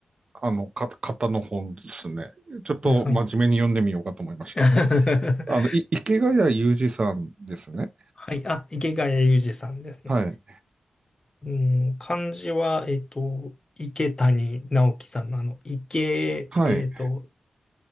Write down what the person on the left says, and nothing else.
はい。<laughs>
はい。あ、池谷裕二さんですね。
うん、漢字は、えっと、池谷直樹さんのあの、池、
えっと、